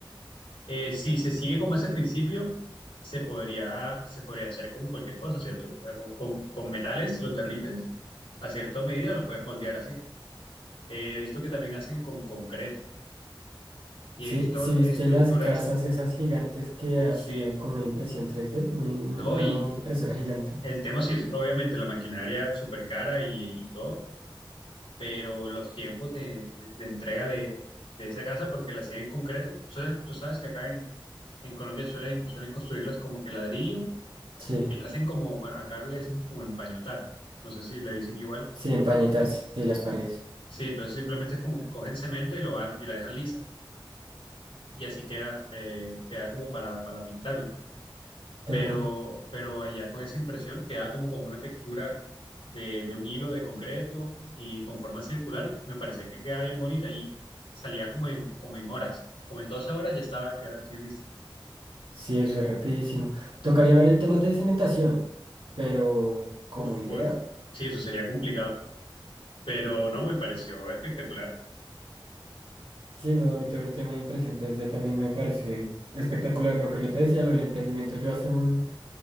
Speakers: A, on the left; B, on the right.
A: Eh, si se sigue como ese principio, se podría, se podría hacer con cualquier cosa, ¿cierto? O sea, con, con- con metales, si los derrites, a cierta medida los puedes moldear así. Eh, he visto que también hacen con concreto y
B: Sí,
A: he visto
B: sí viste
A: estructuras,
B: las casas esas gigantes que
A: uff,
B: hacían
A: sí,
B: con una impresión 3D, una, una-
A: No,
B: una
A: y eh,
B: impresora
A: el,
B: gigante.
A: el tema sí es obviamente la maquinaria súper cara y, y todo, pero los tiempos de, de- de entrega de, de esa casa, porque la hacían en concreto, tú sabes, tú sabes que acá en, en Colombia suelen, suelen construirlas como que ladrillo
B: Sí,
A: y la hacen como, bueno, acá le decimos como empañotar, no sé si le dicen igual,
B: sí, empañetarse sí, las paredes.
A: sí, entonces simplemente es como que cogen cemento y lo van y la dejan lisa y así queda, eh, queda como para, para pintarla.
B: Tal
A: pero,
B: cual.
A: pero allá con esa impresión quedaba como con una textura de, de un hilo de concreto y con forma circular y me parecía que quedaba bien bonita y salía como en, como en horas, como en 12 horas ya estaba, ya la tenía lista.
B: Sí, eso es rapidísimo. Tocaría ver el tema de cimentación, pero como
A: Uf,
B: idea,
A: pues sí, eso sería complicado, pero no, me pareció espectacular.
B: sí, no, a mí todo el tema de impresión 3D también me parece espectacular. Lo que yo te decía, lo del emprendimiento, yo hace un,